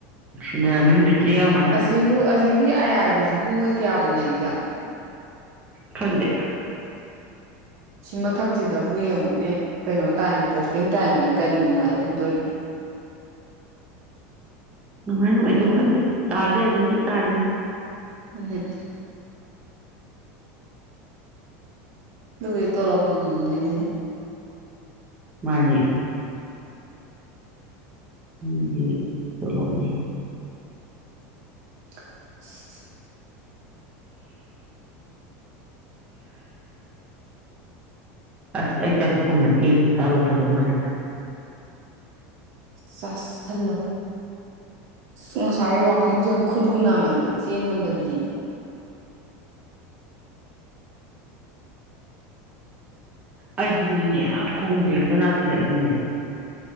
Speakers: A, on the right; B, on the right.
A: ꯁꯤꯟꯅꯔꯝꯃꯅꯤ ꯕꯦꯇ꯭ꯔꯤ ꯌꯥꯎꯔꯝꯃꯔꯣꯏ
B: ꯑꯁꯤꯕꯨ ꯑꯁꯤꯒꯤ ꯒꯤ ꯑꯥꯏ ꯑꯥꯔꯕꯤꯁꯤꯕꯨ ꯃꯣꯏ ꯀꯌꯥꯕꯨ ꯂꯩ ꯖꯥꯠꯅꯣ
A: ꯈꯪꯗꯦ
B: ꯁꯤ ꯃꯊꯛꯁꯤꯗꯕꯨ ꯌꯦꯡꯉꯨꯅꯦ ꯀꯩꯅꯣ ꯇꯥꯏꯃꯤ ꯄꯣꯁꯇꯤꯡ ꯇꯥꯏꯝꯃꯦ ꯀꯔꯤ ꯅꯨꯡꯉꯥꯏꯕꯝꯗꯧꯔꯤꯒꯦ <unintelligible>
A: ꯅꯨꯡꯉꯥꯏ ꯅꯨꯡꯉꯥꯏꯇꯕ ꯈꯪꯗꯦ ꯇꯥꯗ ꯌꯥꯗꯕꯅꯤꯅ ꯇꯥꯔꯤꯅꯤ
B: ꯎꯝ ꯑꯗꯨ ꯇꯂꯞ ꯐꯪꯃꯤꯅꯤ
A: ꯃꯥꯅꯦ ꯃꯤꯒꯤ ꯇꯣꯂꯣꯞꯅꯤ
B: ꯍ
A: ꯑꯁ ꯑꯩ ꯆꯥꯛꯁꯨ ꯈꯨꯝꯃꯗꯦ ꯑꯃꯇ ꯆꯥꯔꯨꯝ ꯐꯗꯧ ꯃꯥꯜꯜꯂꯤꯦꯗ
B: ꯆꯜꯂ ꯑ ꯉꯁꯥꯏ ꯋꯥꯛꯀꯤꯡꯁꯦ ꯈꯨꯔꯨ ꯅꯥꯃꯟꯗ ꯆꯦꯟ ꯉꯝꯗꯕꯤꯅꯦꯃꯤ
A: ꯑꯩꯗꯨꯅꯤꯅꯦ ꯑ ꯈꯣꯡꯖꯦꯡꯗ ꯅꯥꯁꯤꯜꯂꯛꯏꯅꯤꯅꯦ